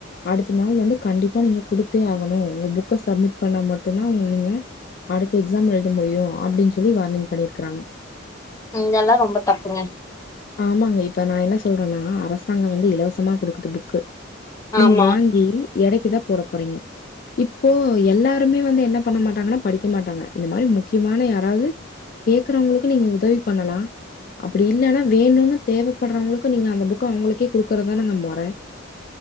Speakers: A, on the left; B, on the left.
A: அடுத்த நாள் வந்து கண்டிப்பா நீங்க குடுத்தே ஆகணு உங்க புக்க சப்மிட் பண்ணா மட்டுந்தா உ நீங்க அடுத்த எக்ஸாம் எழுத முடியு அப்படின் சொல்லி வார்னிங் பண்ணிர்கிறாங்க
B: இங்கெல்லா ரொம்ப தப்புங்க
A: ஆமாங்க இப்ப நா என்ன சொல்றன்னா அரசாங்க வந்து இலவசமா குடுக்குது புக்கு நீங்
B: ஆமா
A: வாங்கி எடைக்குதா போட போறீங்க இப்போ எல்லாருமே வந்து என்ன பண்ண மாட்டாங்கன்னா படிக்க மாட்டாங்க இந்த மாரி முக்கியமான யாராவ்து கேக்குறவங்குளுக்கு நீங்க உதவி பண்ணலா அப்டி இல்லனா வேணுனு தேவப்படுறவங்களுக்கு நீங்க அந்த புக் அவங்களுக்கே குடுக்குறதுதானங்க மொற